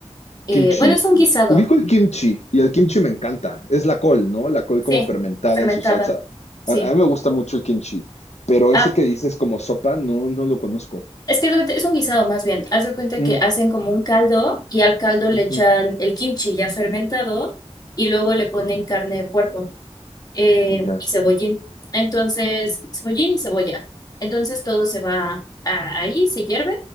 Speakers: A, on the left; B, on the left.
A: Eh,
B: Kimchi.
A: bueno, es un guisado
B: Ubico el kimchi y el kimchi me encanta. Es la col, ¿no? La col
A: Sí,
B: como fermentada
A: fermentada.
B: en su salsa.
A: Sí.
B: A, a mí me gusta mucho el kimchi, pero
A: Ah,
B: ese que dices como sopa, no, no lo conozco.
A: es que haz de cuenta- es un guisado más bien. Haz de cuenta
B: Mm,
A: que hacen como un caldo y al caldo le
B: ujú,
A: echan el kimchi ya fermentado y luego le ponen carne de puerco eh,
B: ya.
A: y cebollín. Entonces, cebollín y cebolla. Entonces todo se va a- ahí, se hierve